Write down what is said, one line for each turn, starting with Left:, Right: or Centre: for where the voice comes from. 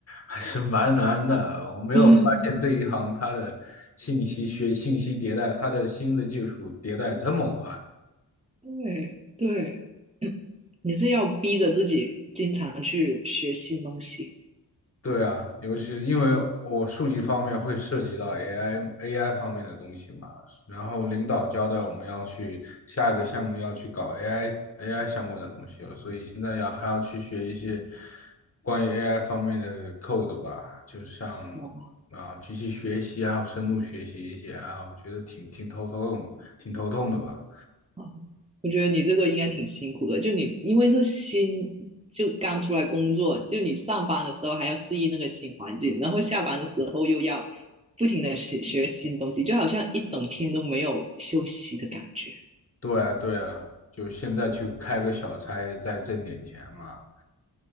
Left: 还是蛮难的。我没有发现这一行它的信息学信息迭代，
Right: <laughs>
Left: 它的新的技术迭代这么快。
Right: 对对，你是要逼着自己经常去学新东西，
Left: 对啊，尤其是因为我数据方面会涉及到 AI AI 方面的东西嘛，然后领导交代我们要去下一个项目要去搞 AI AI 相关的东西了，所以现在要还要去学一些关于 AI 方面的 code 吧，就像
Right: 哇
Left: 啊机器学习啊、深度学习一些啊，我觉得挺挺头痛、挺头痛的吧。
Right: 哦我觉得你这个应该挺辛苦的，就你因为是新，就刚出来工作，就你上班的时候还要适应那个新环境，然后下班的时候又要不停的学学新东西，就好像一整天都没有休息的感觉。
Left: 对啊，对啊，就现在去开个小差，再挣点钱嘛。